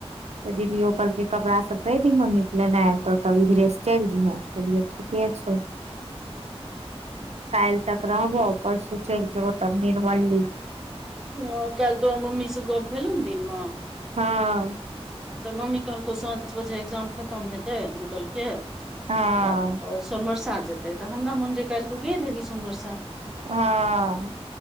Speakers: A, on the right; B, in the centre.
A: तऽ दीदिओ कहलकै कपड़ा सभ कहि दी मम्मीके लेनाइ तौ तब इधरेसँ चलि जइहे तऽ कहलियै ठीक छओ
B: <inaudible>
A: काल्हि तक रहबो परसोचल जेबो तब निर्मल ली
B: हँ काल्हि तोर मम्मीसँ गप्प भेलहु ने दिनमे
A: हँ
B: तऽ मम्मी कहलकौ साँच बजे एकग्जाम खतम हेतै गुटलके
A: हँ
B: तऽ सोनमरसा जेतै तऽ हमरा मोन जे काल्हि तू गेल हेबी सोनमरसा
A: हँ